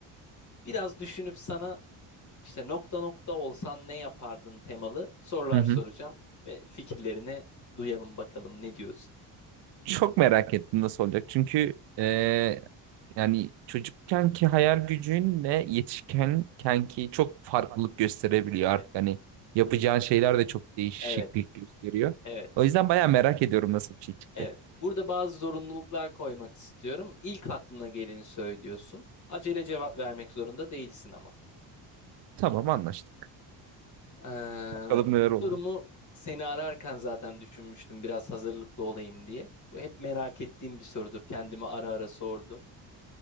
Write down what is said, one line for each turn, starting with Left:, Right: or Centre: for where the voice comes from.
Left: Biraz düşünüp sana işte nokta nokta olsan ne yapardın temalı sorular
Right: Hı hı.
Left: soracağım ve fikirlerini duyalım bakalım ne diyorsun?
Right: Çok merak ettim nasıl olacak. Çünkü e, yani çocukkenki hayal gücünle yetişkenkenki çok farklılık gösterebiliyor
Left: Evet,
Right: artık. Hani yapacağın şeyler de çok değişiklik
Left: evet,
Right: gösteriyor.
Left: evet.
Right: O yüzden bayağı merak ediyorum nasıl bir şey çıkacak.
Left: Evet. Burada bazı zorunluluklar koymak istiyorum. İlk aklına geleni söylüyorsun. Acele cevap vermek zorunda değilsin ama.
Right: Tamam anlaştık.
Left: Ee,
Right: Bakalım
Left: ilk
Right: neler oldu.
Left: sorumu seni ararken zaten düşünmüştüm biraz hazırlıklı olayım diye. Bu hep merak ettiğim bir sorudur. Kendime ara ara sordum.